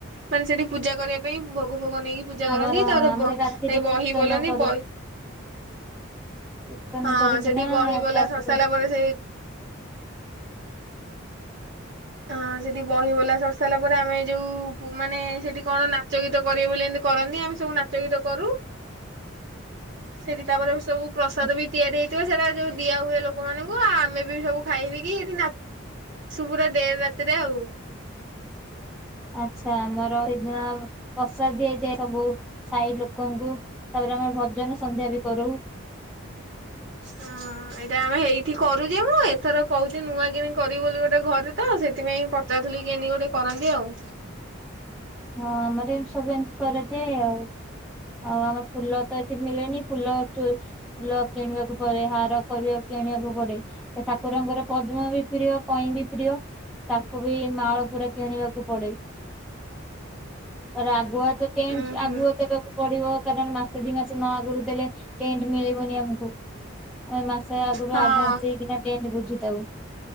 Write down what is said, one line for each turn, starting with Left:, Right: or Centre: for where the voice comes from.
Right: ପୁଣି ସେଠି ପୂଜା କରିବା ପାଇଁ ଭୋଗ। ଭୋଗ ନେଇକି ପୂଜା କରନ୍ତି
Centre: ଆମର
Right: ତାପରେ
Centre: ଆମେ
Right: ବ
Centre: ରାତିରେ
Right: ସେ ବହି
Centre: କୀର୍ତ୍ତନ
Right: ବୋଲନ୍ତି
Centre: କରୁ
Right: ବହି
Centre: କୀର୍ତ୍ତନ
Right: ହଁ
Centre: କରିକିନା
Right: ସେଠି ବହି ବୋଲା
Centre: ତାପରେ
Right: ସରି ସାରିଲା ପରେ ସେ। ହଁ ସେଠି ବହି ବୋଲା ସରି ସାରିଲା ପରେ ଆମେ ଯୋଉ ପୁ ମାନେ ସେଠି କଣ ନାଚ ଗୀତ କରିବେ ବୋଲି ଏମିତି କରନ୍ତି ଆମେ ସବୁ ନାଚ ଗୀତ କରୁ ସେଠି ତାପରେ ଉସ ସବୁ ପ୍ରସାଦ
Centre: ଆଚ୍ଛା
Right: ବି ତିଆରି ହେଇଥିବ ସେଡା ଯୋଉ ଦିଆ ହୁଏ ଲୋକ ମାନଙ୍କୁ ଆଉ ଆମେ ବି ସବୁ ଖାଇ ପିଇକି ଏଠି ନାଚୁ ପୁରା। ଡେରି ରାତିରେ ଆଉ।
Centre: ଆଚ୍ଛା ଆମର ଏଦିନ ଆଉ ପ୍ରସାଦ ଦିଆଯାଏ ସବୁ ସାହି ଲୋକଙ୍କୁ ତାପରେ ଆମର ଭଜନ ସନ୍ଧ୍ୟା ବି କରୁ।
Right: ହଁ ଏଇଟା ଆମେ ଏଇଠି କରୁଯେ ମୁଁ ଏଥର କହୁଛି ନୂଆ କି କରିବି ବୋଲି ଗୋଟେ ଘରେତ ସେଥିପାଇଁ ପଚାରୁଥିଲି କେନ୍ତି ଗୋଟେ କରନ୍ତି ଆଉ।
Centre: ହଁ ଆମର ଏମ ସବୁ ଏମତି କରାଯାଏ ଆଉ ଆଉ ଆମ ଫୁଲ ତ ଏତେ ମିଳେନି ଫୁଲ ଚୋ ଫୁଲ କିଣିବାକୁ ପଡେ ହାର କରିବା କିଣିବାକୁ ପଡେ ଠାକୁରଙ୍କର ପଦ୍ମ ବି ପ୍ରିୟ କଇଁ ବି ପ୍ରିୟ ତାକୁ ବି ମାଳ ପୁରା କିଣିବାକୁ ପଡେ। ଆଗୁଆ। ତ ଟେଣ୍ଟ
Right: ଉଁ
Centre: ଆଗୁଆ
Right: ହୁଁ।
Centre: ଦେବାକୁ। ପଡିବ କାରଣ ମାସେ ଦି ମାସେ ନ ଆଗରୁ ଦେଲେ ଟେଣ୍ଟ ମିଳିବନି ଆମକୁ ଆ ମାଶ୍ ସେ ଆଗୁରୁ
Right: ହଁ।
Centre: ଆଡଭାନ୍ସ ଦେଇକିନା ଟେଣ୍ଟ ବୁଝିଥାଉ।